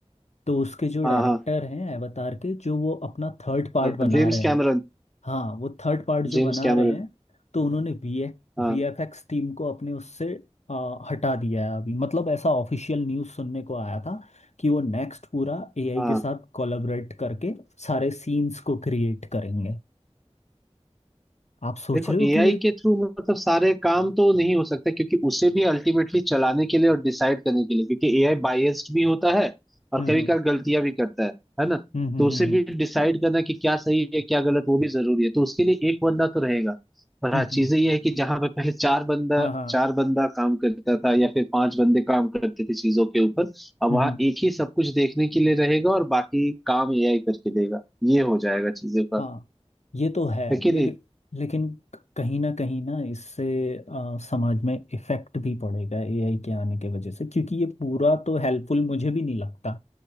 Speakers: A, on the left; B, in the centre.
A: तो उसके जो
B: हाँ
A: डायरेक्टर
B: हाँ
A: हैं एवतार के जो वो अपना थर्ड पार्ट
B: हाँ,
A: बना
B: जेम्स
A: रहे
B: कैमरन
A: हैं हाँ वो थर्ड पार्ट जो
B: James
A: बना
B: Cameron
A: रहे हैं तो उन्होंने वी
B: हाँ
A: वीएफएक्स टीम को अपने उससे आ, हटा दिया है अभी मतलब ऐसा ऑफिशियल न्यूज़ सुनने को आया था कि वो नेक्स्ट पूरा एआई
B: हाँ,
A: के साथ कोलैबोरेट करके सारे सीन्स को क्रिएट करेंगे आप सोच
B: देखो
A: रहे हो
B: एआई
A: कि ये
B: के थ्रू मतलब सारे काम तो नहीं हो सकते क्योंकि उसे भी अल्टीमेटली चलाने के लिए और डिसाइड करने के लिए क्योंकि एआई बायस्ड भी होता है और
A: हम्म
B: कभी
A: हम्म
B: कभार गलतियां भी करता है है ना
A: हम्म हम्म
B: तो उसे
A: हम्म
B: भी डिसाइड करना कि क्या सही है क्या गलत वो भी जरूरी है तो उसके लिए एक बंदा तो रहेगा पर
A: हम्म,
B: हाँ चीजें
A: हम्म,
B: ये है कि जहां पे पहले चार बंदा
A: हाँ
B: चार बंदा काम करता था या फिर पांच बंदे काम करते थे चीजों के ऊपर अब
A: हाँ
B: वहां एक ही सब कुछ देखने के लिए रहेगा और बाकी काम एआई करके देगा ये हो जाएगा चीजों का
A: हाँ ये तो है
B: है कि
A: लेकिन
B: नहीं
A: लेकिन कहीं ना कहीं ना इससे अ, समाज में इफेक्ट भी पड़ेगा एआई के आने के वजह से क्योंकि ये पूरा तो हेल्पफुल मुझे भी नहीं लगता